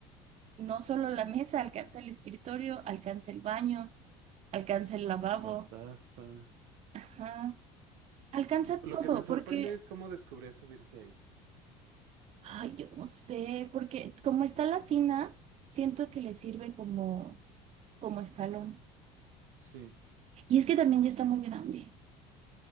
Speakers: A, on the right; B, on the right.
A: No solo la mesa, alcanza el escritorio, alcanza el baño, alcanza el lavabo,
B: La taza.
A: ajá, Alcanza
B: Lo
A: todo,
B: que me sorprende
A: porque,
B: es cómo descubrió subirse ahí.
A: ay, yo no sé, porque como está latina, siento que le sirve como, como escalón.
B: Sí.
A: Y es que también ya está muy grande.